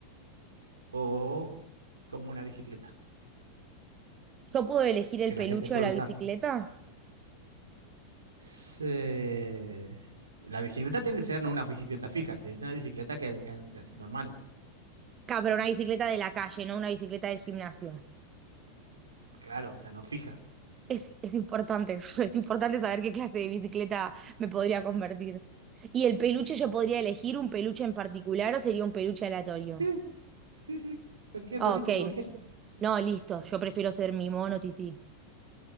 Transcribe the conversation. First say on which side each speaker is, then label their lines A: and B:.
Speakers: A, on the right; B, on the right.
A: o como una bicicleta.
B: ¿Yo puedo elegir el
A: que
B: peluche
A: la gente puede
B: de la
A: usar.
B: bicicleta?
A: Se- La bicicleta tiene que ser no una bicicleta fija, tiene que ser una bicicleta que, que ande así normal,
B: Claro, pero una bicicleta de la calle, no una bicicleta del gimnasio.
A: claro, o sea, no fija.
B: Es, es importante eso, <laughs> es importante saber qué clase de bicicleta me podría convertir. ¿Y el peluche yo podría elegir un peluche en particular o sería un peluche aleatorio?
A: Sí, sí, sí, cualquier
B: Ah,
A: peluche
B: ok,
A: que vos quieras.
B: no, listo, yo prefiero ser mi mono tití.